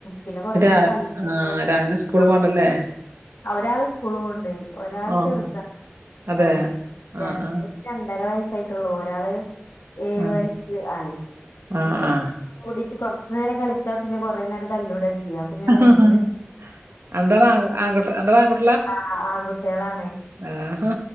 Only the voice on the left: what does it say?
പിന്നെ കൊറയാകുമ്പോൾ
തല്ലല്
<unintelligible>
ആ ഒരാള് സ്കൂള് പോണണ്ട് ഒരാള്
ചെറുതാ
ഏ ഞാൻ
രണ്ടര വയസ്സായിട്ടുള്ളൂ ഒരാള് ഏഴു
വയസ് ആയി
അപ്പ
കൂടിട്ട് കുറ കുറുച്ച് നേരം കളിച്ചാ പിന്നെ കുറെ നേരം തല്ലൂ കൂടാ ചെയ്യാ അപ്പൊ ഞാൻ
വേഗം
ആ ആൺകുട്ടികളാണ്